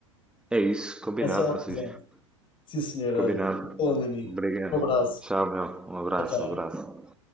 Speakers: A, in the centre; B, on the left (about 30°).
A: É isso. Combinado,
B: é só
A: Francisco.
B: avisar. Sim, senhor, olha.
A: Combinado.
B: Falando, amigo.
A: Obrigado.
B: Um abraço.
A: Tchau, meu. Um abraço,
B: Tchau, tchau.
A: um abraço.